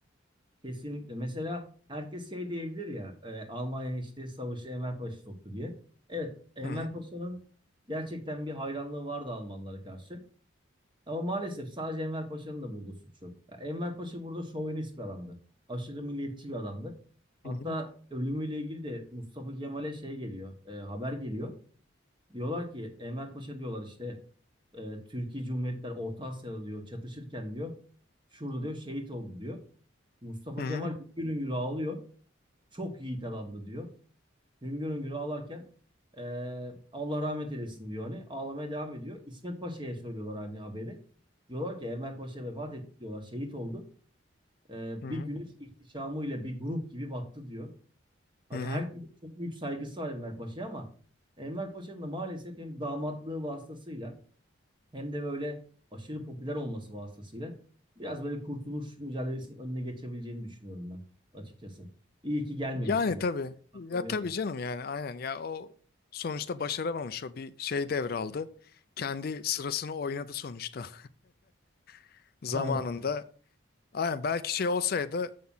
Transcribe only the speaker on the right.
Kesinlikle. Mesela herkes şey diyebilir ya e, Almanya işte savaşı Enver Paşa soktu diye. Evet Enver
Paşa'nın gerçekten bir hayranlığı vardı Almanlara karşı. Ama maalesef sadece Enver Paşa'nın da burada suçu yok. Ya Enver Paşa burada şovinist bir adamdı. Aşırı milliyetçi bir adamdı. Hatta
ölümüyle ilgili de Mustafa Kemal'e şey geliyor, e, haber geliyor. Diyorlar ki Enver Paşa diyorlar işte e, Türkiye Cumhuriyetler Orta Asya'da diyor çatışırken diyor şurada diyor şehit oldu diyor. Mustafa
Kemal
hüngür hüngür ağlıyor. Çok yiğit adamdı diyor. Hüngür hüngür ağlarken eee, Allah rahmet eylesin diyor hani. Ağlamaya devam ediyor. İsmet Paşa'ya söylüyorlar hani haberi. Diyorlar ki Enver Paşa vefat etti diyorlar. Şehit oldu. Eee, bir
güneş ihtişamıyla bir grup gibi battı diyor. Hani
herkesin çok büyük saygısı var Enver Paşa'ya ama Enver Paşa'nın da maalesef hem damatlığı vasıtasıyla hem de böyle aşırı popüler olması vasıtasıyla biraz böyle kurtuluş mücadelesinin önüne geçebileceğini düşünüyorum ben açıkçası. İyi ki gelmemiş
yani.
Kabul
etmem.
Aynen.